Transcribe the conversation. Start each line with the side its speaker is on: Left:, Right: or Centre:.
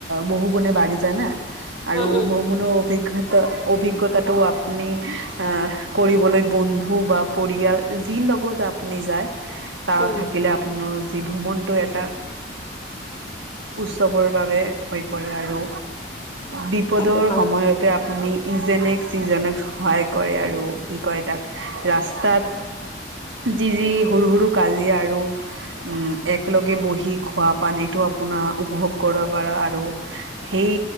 Right: বহু গুণে <unintelligible> আৰু
Left: উম
Right: বমুনো অভিজ্ঞতা অভিজ্ঞতাটো আপুনি আহ কৰিবলৈ বন্ধু বা পৰিয়াল যি লগত আপুনি যায় তাৰ
Left: উম উম
Right: থাকিলে আপোনাৰ যি ভ্ৰমণটো এটা উৎসৱৰ বাবে হৈ পৰে আৰু বিপদৰ
Left: সেইটো হয়
Right: সময়তে আপুনি ইজনেক্ ইিজনক্ সহায় কৰে আৰু কি কয় তাক ৰাস্তাত যি যি সৰু সৰু কাজিয়া আৰু উম একলগে বহি খোৱা পানী এইটো আপোনাৰ উপভোগ কৰিব পাৰি আৰু সেই